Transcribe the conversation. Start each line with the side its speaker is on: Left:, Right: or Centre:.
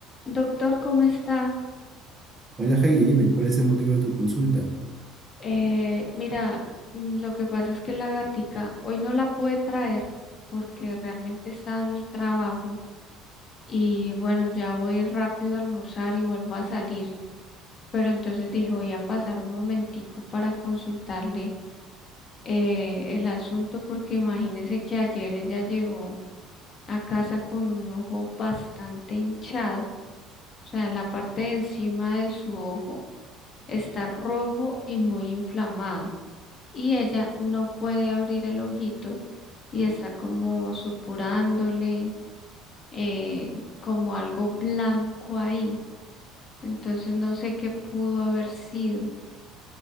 Left: Doctor, ¿cómo está?
Right: Hola Heidi, dime, ¿cuál es el motivo de tu consulta?
Left: Eh, mira, mm, lo que pasa es que la gatica hoy no la pude traer porque realmente está en mi trabajo y bueno, ya voy rápido a almorzar y vuelvo a salir. Pero entonces dije, voy a pasar un momentico para consultarle eh, el asunto porque imagínese que ayer ella llegó a casa con un ojo bastante hinchado, o sea, la parte de encima de su ojo está rojo y muy inflamado. y ella no puede abrir el ojito y está como supurándole eh, como algo blanco ahí. Entonces no sé qué pudo haber sido.